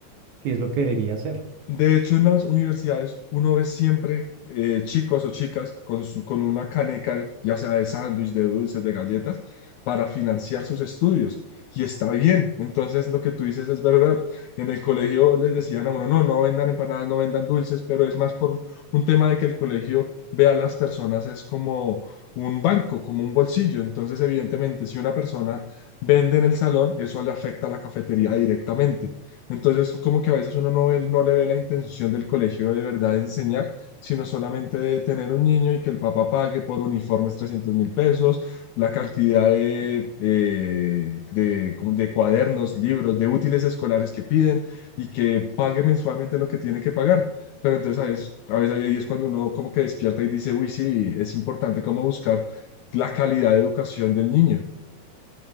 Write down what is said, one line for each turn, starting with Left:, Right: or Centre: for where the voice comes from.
Right: que es lo que debería hacer.
Left: De hecho, en las universidades uno ve siempre eh, chicos o chicas con, su- con una caneca, ya sea de sándwich, de dulces, de galletas, para financiar sus estudios. Y está bien. Entonces, lo que tú dices es verdad. En el colegio les decían a uno, no, no vendan empanadas, no vendan dulces, pero es más por un tema de que el colegio ve a las personas es como un banco, como un bolsillo. Entonces, evidentemente, si una persona vende en el salón, eso le afecta a la cafetería directamente. Entonces, como que a veces uno no ve- no le ve la intención del colegio de verdad de enseñar, sino solamente de tener un niño y que el papá pague por uniformes trescientos mil pesos, la cantidad de, eh, de, como de cuadernos, libros, de útiles escolares que piden y que pague mensualmente lo que tiene que pagar. Pero entonces a veces, a veces ahí es cuando uno como que despierta y dice, uy, sí, es importante como buscar la calidad de educación del niño.